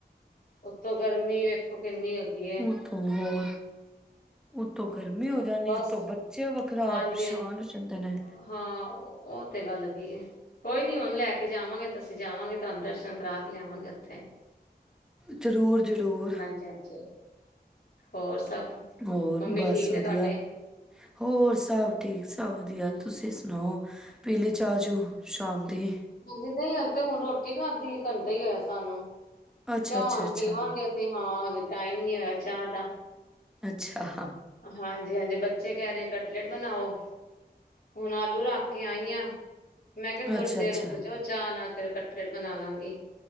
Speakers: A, on the left (about 60°); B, in the centre.
A: ਉਤੋਂ ਗਰਮੀ ਵੇਖੋ ਕਿੰਨੀ ਹੈਗੀ ਹੈ
B: ਉਤੋਂ ਹੋਰ ਉਤੋਂ ਗਰਮੀ ਹੋ ਜਾਂਦੀ
A: ਬਸ
B: ਉਤੋਂ ਬੱਚੇ ਵੱਖਰਾ
A: ਹਾਂਜੀ
B: ਪਰੇਸ਼ਾਨ
A: ਹਾਂ
B: ਹੋ ਜਾਂਦੇ ਨੇ
A: ਹਾਂ ਉਹ ਤੇ ਗੱਲ ਹੈਗੀ ਹੈ ਕੋਈ ਨੀ ਹੁਣ ਲੈ ਕੇ ਜਾਵਾਂਗੇ, ਤੇ ਅਸੀਂ ਜਾਵਾਂਗੇ ਤੁਹਾਨੂੰ ਦਰਸ਼ਨ ਕਰਾ ਕੇ ਲਿਆਵਾਂਗੇ ਉੱਥੇ
B: ਜ਼ਰੂਰ ਜ਼ਰੂਰ
A: ਹਾਂਜੀ ਹਾਂਜੀ ਹੋਰ ਸਭ
B: ਹੋਰ
A: ਮੰਮੀ
B: ਬਸ
A: ਠੀਕ
B: ਵਧੀਆ
A: ਨੇ ਤੁਹਾਡੇ
B: ਹੋਰ ਸਭ ਠੀਕ ਸਭ ਵਧੀਆ ਤੁਸੀਂ ਸੁਣਾਓ ਪੀ ਲਈ ਚਾਹ ਚੂ ਸ਼ਾਮ ਦੀ
A: ਹਾਂਜੀ ਨਹੀਂ ਹਾਲੇ ਤੇ ਹੁਣ ਰੋਟੀ ਖਾਦੀ ਹੈ ਘੰਟਾ ਹੀ ਹੋਇਆ ਸਾਨੂੰ
B: ਅੱਛਾ
A: ਚਾਹ
B: ਅੱਛਾ
A: ਹੁਣ
B: ਅੱਛਾ
A: ਪੀਵਾਂਗੇ ਅਸੀਂ ਹਾਂ ਹਲੇੇ ਟਾਈਮ ਨੀ ਹੋਇਆ ਚਾਹ ਦਾ
B: ਅੱਛਾ ਹਾ
A: ਹਾਂਜੀ ਹਾਂਜੀ ਬੱਚੇ ਕਹਿ ਰਹੇ ਕਟਲੇਟ ਬਣਾਓ ਹੁਣ ਆਲੂ ਰੱਖ ਕੇ ਆਈ ਆਂ ਮੈਂ ਕਿਹਾ ਥੋੜ੍ਹੀ
B: ਅੱਛਾ
A: ਦੇਰ
B: ਅੱਛਾ
A: ਰੁਕ ਜਾਓ ਚਾਹਅ ਨਾਲ ਫਿਰ ਔ ਕਟਲੇਟ ਬਣਾ ਲਾਂਗੀ